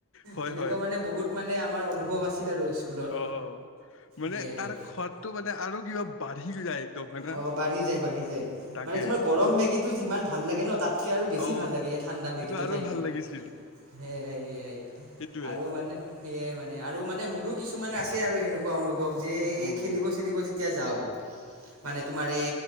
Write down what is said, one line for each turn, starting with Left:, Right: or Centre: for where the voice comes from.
Left: হয়
Right: সেনেকুৱা
Left: হয়
Right: মানে বহুত মানে আমাৰ অনুভৱ আছিল আৰু স্কুলত
Left: অ' মানে
Right: সেয়াই
Left: তাৰ সোৱাদটো মানে আৰু কিবা বাঢ়ি যায় একদম। হয় না
Right: অ' বাঢ়ি যায়, বাঢ়ি যায়।
Left: তাকে
Right: মানে তোমাৰ গৰম মেগীটো যিমান ভাল লাগে ন তাতকৈ আৰু বেছি
Left: অ
Right: ভাল লাগে সেই ঠাণ্ডা মেগীটো
Left: আৰু
Right: খাইকে।
Left: ভাল লাগিছিল
Right: সেয়াই-সেয়াই
Left: সেইটোয়ে
Right: আৰু মানে সেয়াই মানে আৰু মানে মোৰো কিছুমান আছে আৰু সেনেকুৱা এনেকুৱা অনুভৱ যে
Left: উম
Right: এই খেলিব
Left: উম
Right: চেলিব যেতিয়া যাওঁ মানে তোমাৰ এই